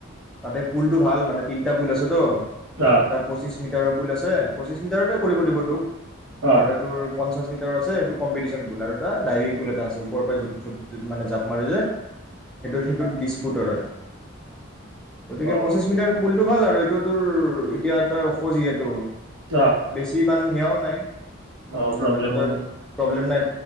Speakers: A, in the centre; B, on the right (about 90°).
A: তাতে পুলটো ভাল মানে তিনিটা পুল আছে তো।
B: অ অ
A: এটা পঁচিছ এতিয়া আৰু পুল আছে। পঁচিছ মিটাৰতে কৰিব দিব তোক।
B: অ
A: আৰু তাকো পন পঞ্চাছ মিটাৰৰ আছে, সেইটো কম্পিটিচ্যন পুল আৰু এটা ডাইভিং পুল এটা আছে, ওপৰৰ পৰা মানে জপ-জপ-জাপ মাৰে যে। সেইটোত -সেইটোত বিশ ফুটৰে। গতিকে
B: অ
A: পঁচিশ মিটাৰ পুল তোৰ ভাল আৰু, এইটো তোৰ -এতিয়া তই ওখ যিহেতু
B: অ
A: বেছি ইমান সেয়াও নাই। উম্‌-
B: অ প্ৰব্লেমো
A: মানে তই
B: নাই
A: - প্ৰব্লেম নাই।